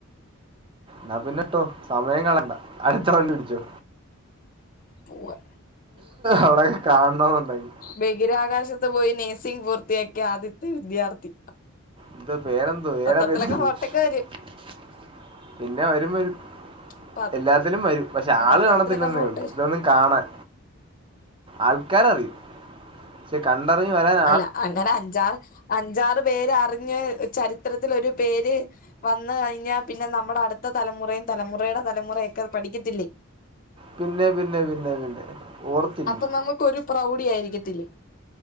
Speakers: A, on the right; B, on the left.
A: ഞാൻ പിന്നെട്ടോ സമയം കളണ്ട അടുത്ത വണ്ടി പിടിച്ചോ
B: പോവാ
A: അവിടൊക്കെ കാണണന്ന്ണ്ടായിരുനു
B: ബഗിരാകാശത്ത് പോയി നേഴ്സിംഗ് പൂർത്തിയാക്കിയ ആദ്യത്തെ വിദ്യാർത്ഥി
A: എന്തുവാ പേരെന്താ പേരറിയത്തില്ലപിന്നെ
B: പത്രത്തിലൊക്കെ ഫോട്ടോക്കെ
A: വരും വരും
B: വരും
A: എല്ലാത്തിലും വരും പക്ഷെ
B: ആ
A: ആള്
B: പത്രത്തിലൊക്കെ
A: കാണത്തില്ലെന്നേ
B: ഫോട്ടോ
A: ഉള്ളൂ
B: വരും
A: ഇതൊന്നും കാണാൻ ആൾക്കരറിയും ശെ കണ്ടറിഞ്ഞ് വരാൻ
B: അല്ല അങ്ങനെ അഞ്ചാറ് അഞ്ചാറ് പേര് അറിഞ്ഞ് ചരിത്രത്തിലൊരു പേര് വന്ന് കഴിഞ്ഞാ പിന്നെ നമ്മുടെ അടുത്ത തലമുറയും തലമുറയുടെ തലമുറയൊക്കെ പഠിക്കത്തില്ലേ
A: പിന്നെ പിന്നെ പിന്നെ പിന്നെ ഓർത്തിരിക്കും
B: അപ്പൊ നമുക്കൊരു പ്രൗഢി ആയിരിക്കത്തില്ലേ